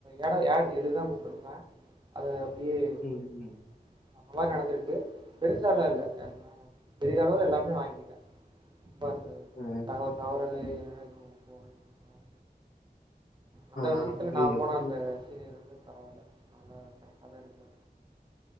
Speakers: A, on the right (about 30°); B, on the left (about 55°).
A: எட ஆட் எழுதாம விட்ருப்ப அது அப்டியே
B: ம்.
A: போயிருக்கோ அந்த மாரி நடந்திருக்கு பெருசாலா இல்ல என்ன பெரிதளவு எல்லாமே வாங்கிட்டே <unintelligible>
B: ம். ம்.
A: வச்சுக்கோங்க. அந்த
B: ஆ
A: விஷயத்துல
B: புரியுது,
A: நா போனா
B: புரியுது.
A: அந்த கீழயிருந்து பரவால்ல நல்லா கரெக்டாதாருக்காரு